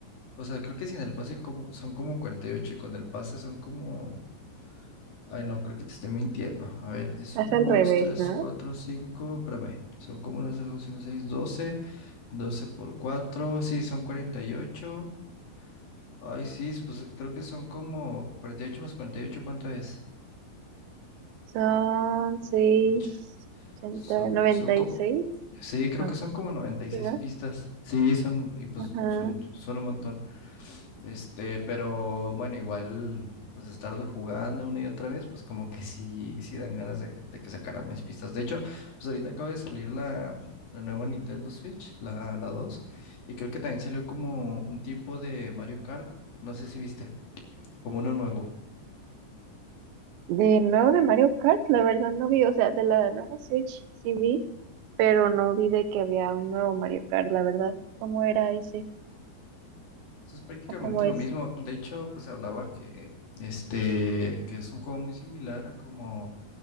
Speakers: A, on the left; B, on the right.
A: o sea, creo que sin el pase como, son como cuarenta y ocho y con el pase son como, ay no, creo que te estoy mintiendo. A ver, es
B: Es
A: uno
B: al
A: dos
B: revés,
A: tres
B: ¿no?
A: cuatro cinco espérame, son como 1, 2, cinco seis doce 12 por cuatro sí, son cuarenta y ocho Ay, sí, s- pues creo que son como 48 más 48, ¿cuánto es?
B: Son seis
A: Ocho.
B: ochenta
A: Son,
B: noventa
A: son como,
B: y seis
A: sí, creo
B: No,
A: que son como noventa y
B: sí,
A: seis
B: ¿no?
A: pistas. Sí, son, y pues
B: Ajá.
A: son, son un montón. Este, pero bueno, igual, pues estarlo jugando una y otra vez, pues como que sí, sí dan ganas de, de que sacaran más pistas. De hecho, pues ahorita acaba de salir la, la nueva Nintendo Switch, la, la 2, y creo que también salió como un tipo de Mario Kart, no sé si viste, como uno nuevo.
B: De nuevo de Mario Kart, la verdad no vi, o sea, de la nueva Switch sí vi, pero no vi de que había un nuevo Mario Kart, la verdad. ¿Cómo era ese?
A: Eso es prácticamente
B: ¿O cómo
A: lo
B: es?
A: mismo. De hecho, pues hablaba que este, que es un juego muy similar a como